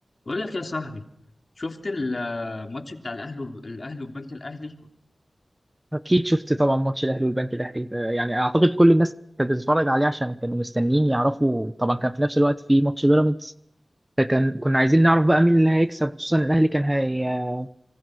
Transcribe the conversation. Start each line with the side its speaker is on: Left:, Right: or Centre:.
Left: بقول لك يا صاحبي شفت الماتش بتاع الاهلي وب... الاهلي والبنك الاهلي
Right: اكيد شفت طبعا ماتش الاهلي والبنك الاهلي آه، يعني اعتقد كل الناس كانت بتتفرج عليه عشان كانوا مستنيين يعرفوا طبعا كان في نفس الوقت في ماتش بيراميدز فكان كنا عايزين نعرف بقى مين اللي هيكسب خصوصا الاهلي كان هي...